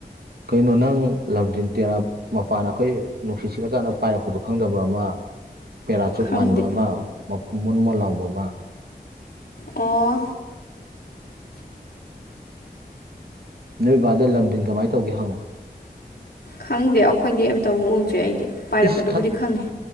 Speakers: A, on the right; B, on the left.
A: ꯀꯩꯅꯣ ꯅꯪ ꯂꯝꯖꯦꯟ ꯇꯦꯔꯥ ꯃꯄꯥꯟꯅ ꯑꯩꯈꯣꯏ ꯅꯨꯡꯁꯤꯠ ꯁꯤꯠꯂꯀꯥꯟꯗ ꯄꯥꯏꯔꯛꯄꯗꯣ ꯈꯪꯗꯕ ꯑꯃ ꯄꯦꯔꯥꯁꯨꯨꯠ
B: ꯈꯪꯗꯦ
A: ꯃꯥꯟꯕ ꯑꯃ ꯃꯨꯟ ꯃꯨꯟ ꯂꯥꯎꯕ ꯑꯃ
B: ꯑꯣ
A: ꯅꯣꯏ ꯕꯥꯗ ꯂꯝꯗꯤꯟ ꯀꯃꯥꯏ ꯇꯧꯒꯦ ꯍꯪꯉꯨ
B: ꯈꯪꯗꯦ ꯑꯩꯈꯣꯏꯗꯤ ꯑꯝꯇꯧꯕ ꯎꯗ꯭ꯔꯦ ꯑꯩꯗꯤ ꯄꯥꯏꯔꯛꯄꯗꯨꯕꯨꯗꯤ
A: ꯏꯁ ꯈ
B: ꯈꯪꯉꯤ